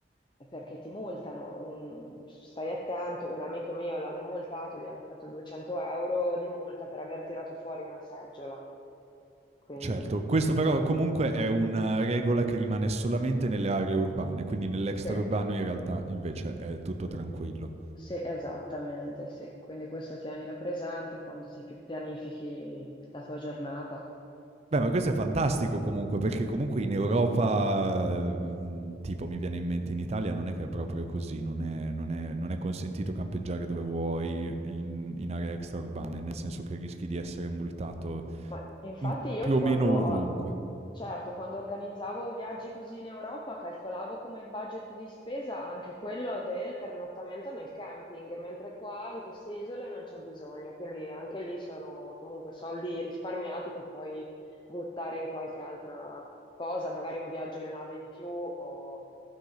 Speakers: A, on the left; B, on the right.
A: eh, perché ti multano. Un- Stai attento, un amico mio l'hanno multato, gli hanno fatto 200 euro di multa per aver tirato fuori una seggiola. Quindi
B: Certo, questo però comunque è una regola che rimane solamente nelle aree urbane, quindi nell'extraurbano
A: sì.
B: in realtà invece è tutto
A: mm.
B: tranquillo.
A: Sì, esattamente, sì. Quindi questo tienilo presente quando ti pi- pianifichi la tua giornata.
B: Beh, ma questo è fantastico comunque, perché comunque in Europa, mhmm, tipo mi viene in mente in Italia non è che è proprio così, non è non è non è consentito campeggiare dove vuoi in in aree extraurbane, nel senso che rischi di essere multato,
A: Ma infatti
B: mhmm,
A: io
B: più
A: quando
B: o meno ovunque.
A: ho, certo, quando organizzavo i viaggi così in Europa, calcolavo come budget di spesa anche quello del pernottamento nel camping, mentre qua in queste isole non c'è bisogno, quindi anche lì sono comunque soldi risparmiati che puoi buttare in qualche altra cosa, magari un viaggio in nave in più o